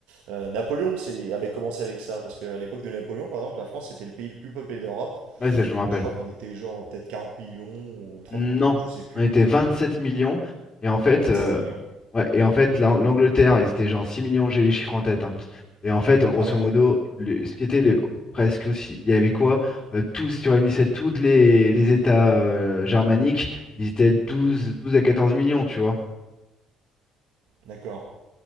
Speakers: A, on the right; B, on the left.
A: Euh, Napoléon c'est, avait commencé avec ça, parce qu'à l'époque de Napoléon, par exemple, la France était le pays le plus peuplé d'Europe.
B: ouais, ça, je me rappelle.
A: Euh, je crois qu'on était genre peut-être 40 millions ou 30
B: Non,
A: millions, je sais plus.
B: on était 27 millions. Et en fait,
A: 27
B: euh,
A: millions.
B: ouais, et en fait
A: Ouais,
B: la- l'Angleterre, ils étaient genre 6 millions, j'ai les chiffres en tête. hein. Et en fait, grosso
A: Ah ouais?
B: modo, le- ce qui était le- presque aussi, il y avait quoi? Euh, tous, si tu réunissais tous les, les États euh, germaniques, ils étaient douze douze à 14 millions, tu vois.
A: D'accord.